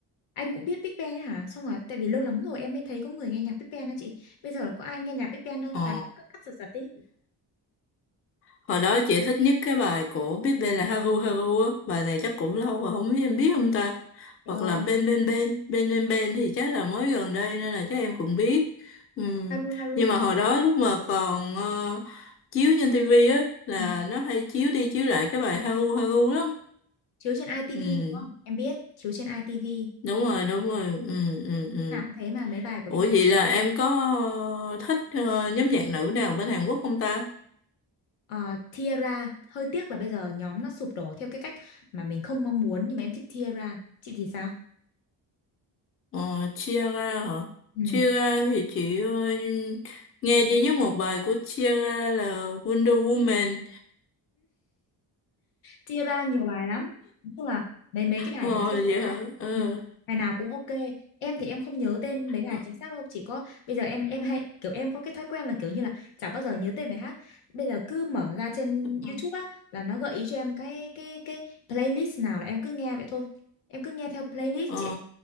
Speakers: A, on the left (about 85°); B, on the left (about 30°).
A: anh cũng biết Big Bang ấy hả xong rồi tại vì lâu lắm rồi em mới thấy có người nghe nhạc Big Bang đó chị bây giờ có ai nghe nhạc Big Bang đâu
B: Ờ,
A: toàn cũng cắt cắt giật giật ý
B: hồi đó chị thích nhất cái bài của Biết Bên là Haru Haru á. Bài này chắc cũng lâu rồi không biết em biết không ta.
A: Trời
B: Hoặc
A: ơi
B: là Bên Bên Bên, Bên Bên Bên thì chắc là mới gần đây nên là chắc em cũng biết. Ừ.
A: Haru Haru
B: Nhưng
A: tất
B: mà hồi
A: nhiên là
B: đó
A: em biết
B: lúc mà còn ờ, chiếu trên tivi á là
A: ừ.
B: nó hay chiếu đi chiếu lại cái bài Haru Haru lắm.
A: chiếu trên ITV
B: Ừ,
A: đúng không em biết chiếu trên ITV
B: đúng rồi, đúng rồi. Ừ, ừ, ừ.
A: nào cũng thế mà mấy bài của
B: Ủa
A: Big Bang
B: vậy là
A: mà.
B: em có ờ, thích ờ, nhóm nhạc nữ nào bên Hàn Quốc không ta?
A: Ờ, Tiara hơi tiếc là bây giờ nhóm nó sụp đổ theo cái cách mà mình không mong muốn nhưng mà em thích Tiara chị thì sao
B: Ờ, chia ra hả?
A: ừ.
B: Chia ra thì chị ờ, nghe duy nhất một bài của chia ra là Wonder Woman.
A: Tiara nhiều bài lắm nói chung là mấy mấy cái bài
B: Ờ,
A: của Tiara
B: vậy hả?
A: ấy
B: Ờ,
A: ừ, bài nào cũng ok em thì em không nhớ tên mấy bài
B: ờ,
A: chính xác đâu chỉ có bây giờ em em hay kiểu em có cái thói quen là kiểu như là chẳng bao giờ nhớ tên bài hát bây giờ cứ mở ra trên
B: ờ,
A: YouTube á là nó gợi ý cho em cái cái cái playlist nào là em cứ nghe vậy thôi em cứ nghe theo playlist
B: ờ,
A: chứ